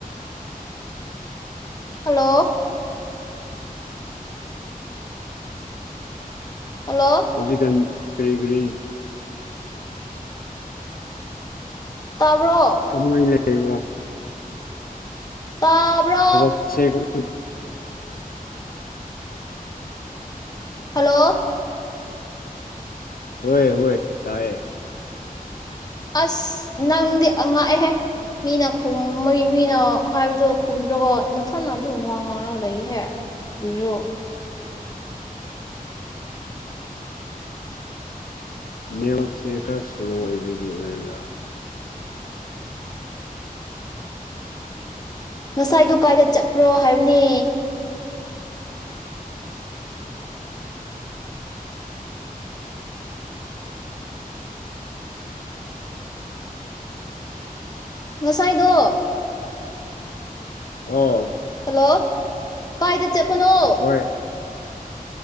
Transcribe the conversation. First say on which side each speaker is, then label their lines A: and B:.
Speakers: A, on the left; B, on the left.
A: ꯍꯜꯂꯣ꯫ ꯍꯜꯂꯣ
B: ꯍꯧꯖꯤꯛꯀꯥꯟ ꯀꯔꯤ ꯀꯔꯤ
A: ꯇꯥꯕꯔꯣ
B: ꯀꯃꯥꯏꯅ ꯂꯩꯕꯣ
A: ꯇꯥꯕꯔꯣ?
B: ꯊꯕꯛꯁꯦ <unintelligible>
A: ꯍꯜꯂꯣ
B: ꯍꯣꯏ ꯍꯣꯏ ꯇꯥꯏꯌꯦ꯫
A: ꯑꯁ ꯅꯪꯗꯤ ꯑꯉꯥꯑꯦꯍꯦ꯫ ꯃꯤꯅ ꯈꯨꯝ ꯃꯤꯅ ꯍꯥꯏꯕꯗꯨ ꯈꯨꯝꯗ꯭ꯔꯒ ꯅꯥꯊꯅ ꯑꯗꯨꯝ ꯋꯥ ꯉꯥꯡꯔꯒ ꯂꯩꯍꯦ꯫ <unintelligible>
B: ꯅꯦꯠꯋꯔꯛꯁꯦ ꯈꯔ ꯁꯂꯣ ꯑꯣꯏꯕꯒꯤ ꯑꯣꯏꯅ
A: ꯉꯁꯥꯏꯗꯨ ꯀꯥꯏꯗ ꯆꯠꯄ꯭ꯔꯣ ꯍꯥꯏꯕꯅꯦ꯫ ꯉꯁꯥꯏꯗꯣ
B: ꯑꯣ
A: ꯍꯜꯂꯣ ꯀꯥꯏꯗ ꯆꯠꯄꯅꯣ?
B: ꯍꯣꯏ